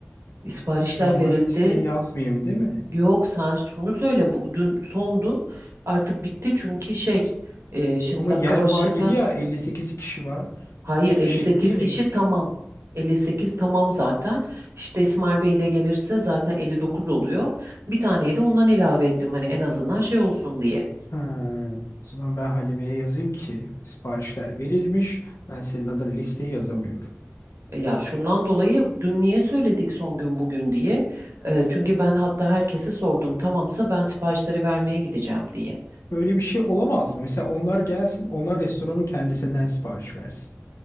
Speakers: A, on the right (about 70°); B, on the left (about 75°).
A: Siparişler
B: Ben onlara
A: verildi.
B: listeyi yazmayayım değil mi?
A: Yok sen şunu söyle bu dün sondu. Artık bitti çünkü şey e, şimdi
B: Ama
A: dakika
B: yer
A: başı
B: var gibi
A: ben
B: ya 58 kişi var.
A: Hayır
B: İki
A: 58
B: kişi ekleyemeyiz.
A: kişi tamam. 58 tamam zaten. İşte İsmail Bey de gelirse zaten 59 oluyor. Bir taneyi de ondan ilave ettim hani en azından şey olsun diye.
B: Ha, o zaman ben Halime'ye yazayım ki siparişler verilmiş. Ben senin adına listeye yazamıyorum.
A: Ya şundan dolayı dün niye söyledik son gün bugün diye. Ee, çünkü ben hatta herkese sordum tamamsa ben siparişleri vermeye gideceğim diye.
B: Böyle bir şey olamaz mı? Mesela onlar gelsin onlar restoranın kendisinden sipariş versin.